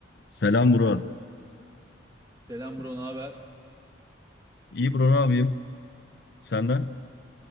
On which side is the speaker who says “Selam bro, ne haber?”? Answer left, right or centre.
Right